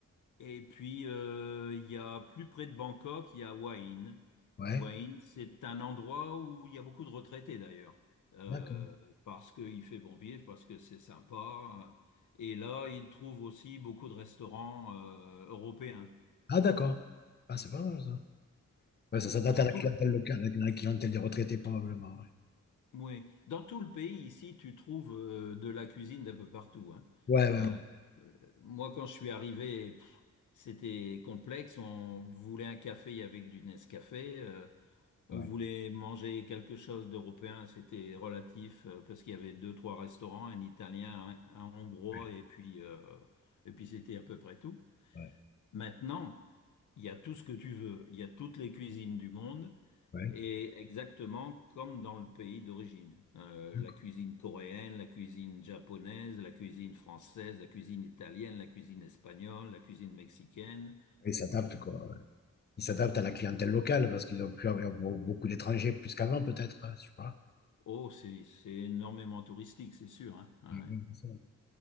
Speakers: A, on the left (about 75°); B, on the left (about 35°).
A: Et puis, euh, il y a plus près de Bangkok, il y a Wahin.
B: Ouais,
A: Wahin, c'est un endroit où il y a beaucoup de retraités d'ailleurs, euh,
B: d'accord.
A: parce qu'il fait bon vivre, parce que c'est sympa. Et là, ils trouvent aussi beaucoup de restaurants euh, européens.
B: Ah, d'accord.
A: Euh,
B: Ah, c'est pas mal ça. Ouais, ça s'adapte
A: dans
B: à la
A: tout
B: clientèle
A: le,
B: locale, à la clientèle des retraités, probablement, ouais.
A: oui. Dans tout le pays, ici, tu trouves euh, de la cuisine d'un peu partout, hein.
B: Ouais, ouais,
A: Euh, euh, moi, quand je suis arrivé, pff, c'était complexe. On voulait un café avec du Nescafé. euh, On
B: ouais.
A: voulait manger quelque chose d'européen, c'était relatif euh, parce qu'il y avait deux, trois restaurants, un italien, un, un hongrois
B: Ouais,
A: et puis euh, et puis c'était à peu près tout.
B: ouais,
A: Maintenant, il y a tout ce que tu veux, il y a toutes les cuisines du monde
B: ouais,
A: et exactement comme dans le pays d'origine. Euh,
B: d'accord.
A: la cuisine coréenne, la cuisine japonaise, la cuisine française, la cuisine italienne, la cuisine espagnole, la cuisine mexicaine.
B: Ils s'adaptent, quoi. Ouais. Ils s'adaptent à la clientèle locale parce qu'ils ont pu avoir be- beaucoup d'étrangers plus qu'avant, peut-être, hein, je sais pas.
A: Oh, c'est c'est énormément touristique, c'est sûr, hein. Ouais.
B: Ouais, ouais, c'est ça.